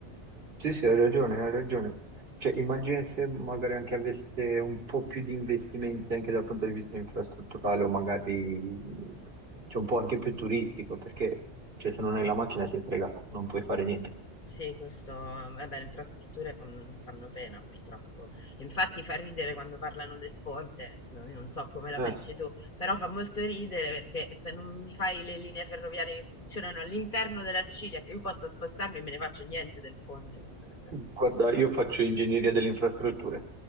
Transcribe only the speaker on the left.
Sì, questo, vabbè, le infrastrutture fan- fanno pena purtroppo. Infatti fa ridere quando parlano del ponte, s- io non so come la
pensi
tu, però fa molto ridere perché se non mi fai le linee ferroviarie che funzionano all'interno della Sicilia, che io possa spostarmi, me ne faccio niente del ponte fondamentalmente.